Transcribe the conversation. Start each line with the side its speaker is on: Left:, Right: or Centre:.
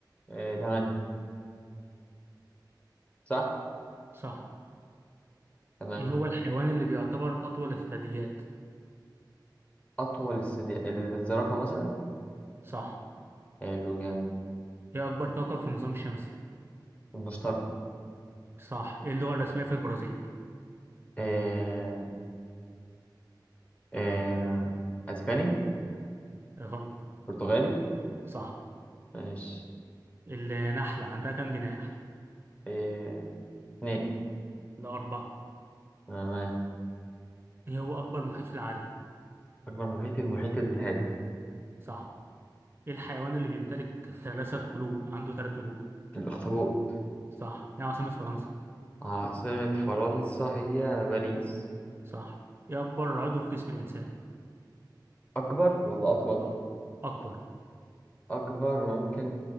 Left: آه، تمام صح
Right: صح
Left: تمام
Right: إيه هو الحيوان اللي بيعتبر أطول الثدييات
Left: أطول الثدي الزرافة مثلا
Right: صح
Left: حلو جامد
Right: إيه أكبر كوكب في النظام الشمسي
Left: المشترك
Right: صح إيه اللغة الرسمية في البرازيل
Left: آه، آه، أسباني
Right: إيه غلط
Left: برتغالي
Right: صح
Left: ماشي
Right: النحلة عندها كم جناح
Left: إيه. اتنين
Right: لا أربعة
Left: أنا معاك.
Right: إيه هو أكبر محيط في العالم
Left: أكبر محيط المحيط الهادي
Right: صح إيه الحيوان اللي بيمتلك ثلاثة قلوب عنده ثلاث قلوب
Left: الأخطبوط
Right: صح إيه عاصمة فرنسا
Left: عاصمة فرنسا هي باريس
Right: صح إيه أكبر عضو في جسم الإنسان
Left: أكبر ولا أطول؟
Right: نعم. أكبر
Left: أكبر ممكن